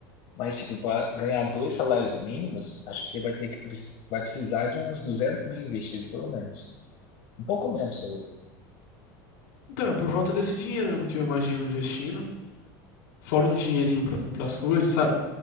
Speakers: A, on the left (about 60°); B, on the left (about 75°).
A: Mas, tipo, para ganhar dois salários mínimos, acho que você vai ter que preci- vai precisar de uns 200 mil investido, pelo menos. Um pouco menos, eu.
B: Então, é por volta desse dinheiro mesmo que eu imagino investindo, fora um dinheirinho pra comprar as coisas, sabe?